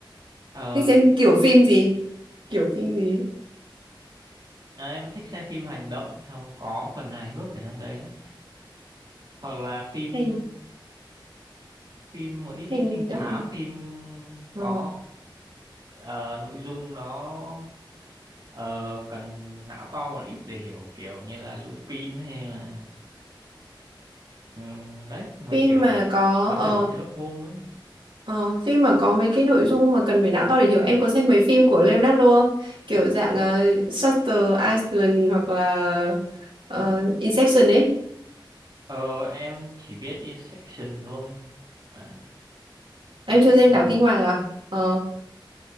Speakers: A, on the right (about 50°); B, on the right (about 75°).
A: ờ,
B: Thích xem kiểu phim gì? Kiểu phim gì? ấy?
A: à, em thích xem phim hành động xong có phần hài hước ở trong đấy nữa hoặc là phim
B: Hành
A: phim một ít
B: hành
A: phim trinh
B: động
A: thám phim
B: ờ,
A: có ờ, nội dung nó ờ, cần não to một ít để hiểu kiểu như là Lupin hay là ừm, đấy mấy
B: phim
A: kiểu
B: mà có
A: thám
B: ờ,
A: tử Sherlock Holmes ấy
B: ờ, phim mà có mấy cái nội dung mà cần phải não to để hiểu. Em có xem mấy phim của Leonardo không? Kiểu dạng uh, Shutter Island hoặc là ờ, Inception ấy.
A: ờ em chỉ biết Inception thôi à,
B: Em
A: Inception
B: chưa xem Đảo Kinh Hoàng à? Ờ,